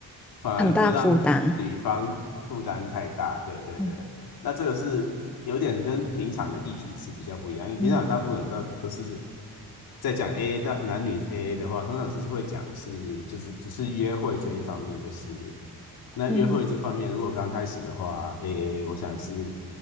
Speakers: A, on the left (about 60°); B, in the centre.
A: 反而会让女方负担太大，
B: 很大负担。
A: 对对对。
B: 嗯
A: 那这个是有点跟平常的议题是比较不一样，因为平常大部分人都都是
B: 嗯
A: 在讲 AA 的男女 AA 的话，通常是会讲是就是只是约会这一方面的事。那约会这方面，
B: 嗯，
A: 如果刚开始的话，AA 我想是